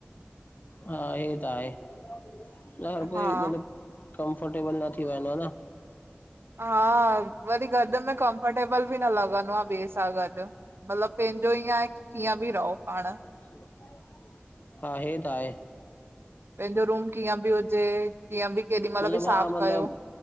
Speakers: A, on the left (about 45°); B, on the right (about 75°).
A: हा इयो त आहे न हर कोई
B: हा
A: मतलब कमफर्टेबल न थी वेंदो न।
B: हा वरी गॾ में कमफर्टेबल बि न लॻंदो आ बेस सां गॾ मतलब पैंजो ईअं आए की कीअं बि रहो पाण।
A: <inaudible> हा हे त आहे।
B: पैंजो रूम कीअं बि हुजे। कीअं बि केॾी महिल
A: मतलब
B: बि
A: हा
B: साफ़
A: मतलब
B: कयो